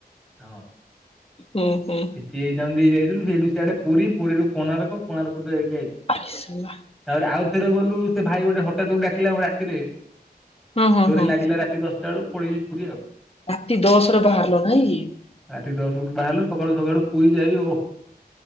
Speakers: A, in the centre; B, on the left.
A: ହଁ,
B: ହୁଁ ହୁଁ।
A: ସିଟି ଏକ୍ଜାମ ଦେଇ ଯାଇଥିଲୁ, ସେଇଠୁ ସିଆଡେ ପୁରୀ ପୁରୀରୁ କୋଣାର୍କ କୋଣାର୍କରୁ ଯାଇଥିଲୁ ଯାଇ,
B: ଆରେ ଶାଳା
A: ତାପରେ ଆଉ ଥେରେ ଗଲୁ ସେ ଭାଇ ଗୋଟେ ହଠାତ୍ କୁ ଡାକିଲା ରାତିରେ।
B: ହଁ ହଁ
A: ଡୋରି
B: ହଁ
A: ଲାଗିଲା ରାତି ଦଶଟାଳୁ, ପଳେଇବି ପୁରୀ ଆଉ।
B: ରାତି ଦଶରେ ବାହାରିଲ ନାଇଁ?
A: ରାତି ଦଶରୁ ବାହାରିଲୁ ସକାଳୁ ସକାଳୁ ପୁରୀ ଯାଇ, ଓଃ!